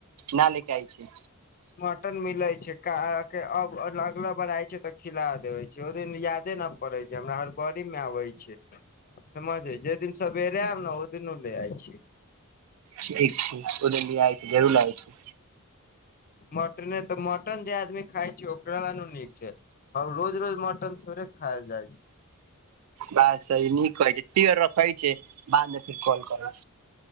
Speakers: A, on the right (about 85°); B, on the left (about 40°).
A: न ले के आय छै
B: मटन मिले छै का के अब अगला बार आय छै तऽ खिला देबे छै ओ दिन याद न पड़ै छै हमरा हर गड़ी मे आबै छै समझ अइ जे दिन सवेरे आयब न ओहि दिन ले आइ छी
A: ठीक छै ओ दिन एआइ छै जरूर लेआई छै
B: मटने तऽ मटन जे आदमी खाय छै ओकरा ल नू नीक छै और रोज रोज मटन थोड़े खायइल जाइ छै
A: बात सही नीक कहै फेर रखै छै बादमे फेर कॉल करै